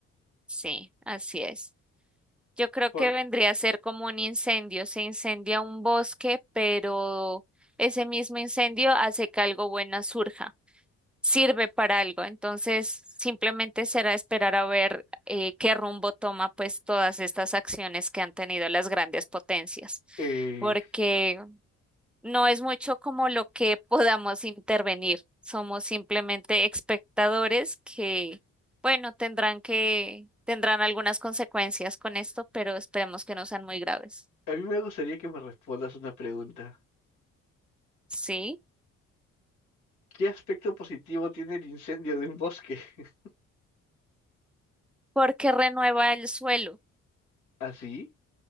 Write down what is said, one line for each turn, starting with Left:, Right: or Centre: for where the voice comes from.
Centre: Sí, así es. Yo creo
Left: Por,
Centre: que vendría a ser como un incendio. Se incendia un bosque, pero ese mismo incendio hace que algo bueno surja. sirve para algo. Entonces, simplemente será esperar a ver eh, qué rumbo toma pues todas estas acciones que han tenido las grandes potencias,
Left: eh,
Centre: porque no es mucho como lo que podamos intervenir. Somos simplemente espectadores que, bueno, tendrán que, tendrán algunas consecuencias con esto, pero esperemos que no sean muy graves.
Left: a mí me gustaría que me respondas una pregunta.
Centre: Sí,
Left: ¿Qué aspecto positivo tiene el incendio de un bosque? <laughs>
Centre: porque renueva el suelo,
Left: ¿Así?